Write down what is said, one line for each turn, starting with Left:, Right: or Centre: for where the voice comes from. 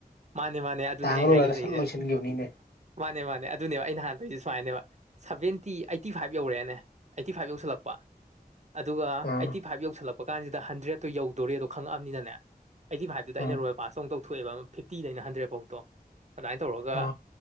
Right: ꯃꯥꯅꯦ ꯃꯥꯅꯦ ꯑꯗꯨꯅꯦ
Left: ꯇꯥꯟꯕ
Right: ꯑꯩ
Left: ꯂꯣꯏꯔꯒ
Right: ꯍꯥꯏꯒꯦꯁꯁꯦ
Left: ꯁꯠ ꯂꯣꯏꯁꯤꯟꯈꯤꯕꯅꯤꯅꯦ
Right: ꯃꯥꯅꯦ ꯃꯥꯅꯦ ꯑꯗꯨꯅꯦꯕ ꯑꯩꯅ ꯍꯥꯟ ꯇꯣꯏꯁꯦ ꯁꯨꯃꯥꯏꯅꯦꯕ ꯁꯚꯦꯟꯇꯤ ꯑꯩꯠꯇꯤ ꯐꯥꯏꯚ ꯌꯧꯔꯛꯑꯦꯅꯦ ꯑꯩꯠꯇꯤ ꯐꯥꯏꯚ ꯌꯧꯁꯤꯜꯂꯛꯄ ꯑꯗꯨꯒ ꯑꯩꯠꯇꯤ
Left: ꯑꯥ
Right: ꯐꯥꯏꯚ ꯌꯧꯁꯜꯂꯛꯄ ꯀꯥꯟꯁꯤꯗ ꯍꯟꯗ꯭ꯔꯦꯗꯠꯇꯣ ꯌꯧꯗꯣꯔꯦ ꯑꯗꯣ ꯈꯪꯛꯑꯕꯃꯤꯅꯅꯦ ꯑꯩꯠꯇꯤ ꯐꯥꯏꯚꯇꯨꯗ ꯑꯩꯅ
Left: ꯑꯥ
Right: ꯔꯣꯌꯦꯜ ꯄꯥꯁꯇꯧ ꯇꯧꯊꯣꯛꯑꯦꯕ ꯐꯤꯞꯇꯤꯗ ꯑꯩꯅ ꯍꯟꯗ꯭ꯔꯦꯗ ꯐꯧꯇꯣ ꯑꯗꯨꯃꯥꯏꯅ ꯇꯧꯔꯒ
Left: ꯑꯥ